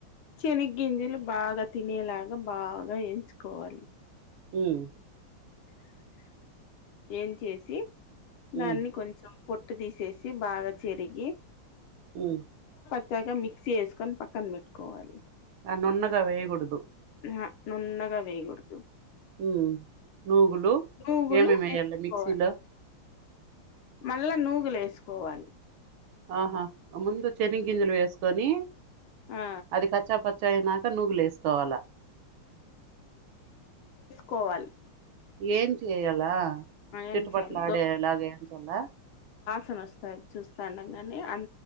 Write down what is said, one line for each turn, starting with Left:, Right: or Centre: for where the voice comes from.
Left: చెనిగ్గింజలు బాగా తినేలాగా బాగా ఏయించుకోవాలి
Right: ఉమ్
Left: ఏం చేసి దాన్ని
Right: ఉమ్
Left: కొంచెం పొట్టు తీసేసి బాగా చెరిగి
Right: మ్మ్
Left: <unintelligible> మిక్సీ చేసుకొని పక్కన పెట్టుకోవాలి
Right: ఆ నున్నగా వెయ్యకూడదు
Left: ఆ నున్నగా వెయ్ గూడదు
Right: మ్మ్ నూగులు
Left: నూగులు
Right: ఏమేమెయ్యాలి
Left: వేసుకోవాలి
Right: మిక్సీలో
Left: మళ్ళా నూగులేసుకోవాలి
Right: ఆహా ముందు చెనిగ్గింజలు వేసుకొని
Left: ఆ
Right: అది కచ్చా పచ్చా అయినా తే నూగులేసుకోవాల
Left: కోవాలి
Right: ఏం చేయ్యాల చిటపట్లాడేలాగ
Left: ఎంచాలి
Right: ఏయించాలా
Left: తొనొస్తాది చూస్తా ఉండంగానే అం